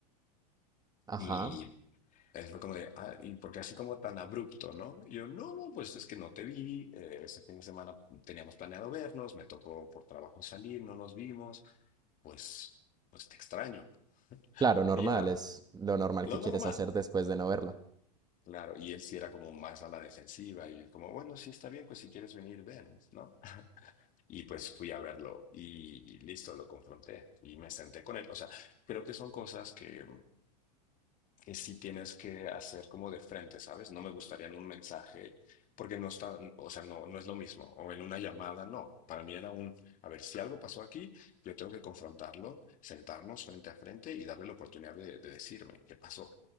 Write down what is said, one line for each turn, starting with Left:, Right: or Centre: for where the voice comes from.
Right: Ajá.
Left: Y él fue como de, ah, ¿y porque así como tan abrupto, no? Y yo, no, no, pues es que no te vi, eh, ese fin de semana teníamos planeado vernos, me tocó por trabajo salir, no nos vimos, pues, pues te extraño.
Right: Claro, normal,
Left: Y ya,
Right: es lo normal
Left: lo
Right: que
Left: normal,
Right: quieres hacer después de no verlo.
Left: claro. Y él sí era como más a la defensiva y como, bueno, sí está bien, pues si quieres venir, ven, ¿no? Y pues fui a verlo y listo, lo confronté y me senté con él. O sea, creo que son cosas que que sí tienes que hacer como de frente, ¿sabes? No me gustaría en un mensaje, porque no está, o sea, no, no es lo mismo. O en una llamada, no. Para mí era un, a ver, si algo pasó aquí, yo tengo que confrontarlo, sentarnos frente a frente y darle la oportunidad de, de decirme qué pasó.